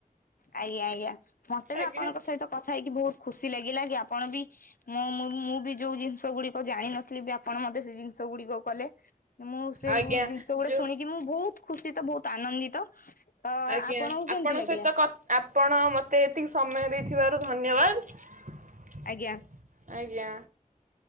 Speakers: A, on the left (about 75°); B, on the right (about 60°).
A: ଆଜ୍ଞା ଆଜ୍ଞା ମତେ ବି
B: ଆଜ୍ଞା
A: ଆପଣଙ୍କ ସହିତ କଥା ହେଇକି ବହୁତ୍ ଖୁସି ଲାଗିଲା କି ଆପଣ ବି ମୁଁ ମୁ ମୁଁ ବି ଯୋଉ ଜିନିଷ ଗୁଡିକ ଜାଣିନଥିଲି ବି ଆପଣ ମତେ ସେ ଜିନିଷ ଗୁଡିକ କଲେ। ମୁଁ ସେ
B: ଆଜ୍ଞା
A: ଗୁ ଜିନିଷ ଗୁଡା
B: ଯୋଉ
A: ଶୁଣିକି ମୁଁ ବହୁତ ଖୁସି ତ ବହୁତ ଆନନ୍ଦିତ। ହଁ ଆ
B: ଆଜ୍ଞା
A: ଆପଣଙ୍କୁ
B: ଆପଣଙ୍କ
A: କେମିତି ଲାଗିଲା?
B: ସହିତ କ ଆପଣ ମତେ ଏତିକି ସମୟ ଦେଇଥିବାରୁ ଧନ୍ୟବାଦ।
A: ଆଜ୍ଞା।
B: ଆଜ୍ଞା।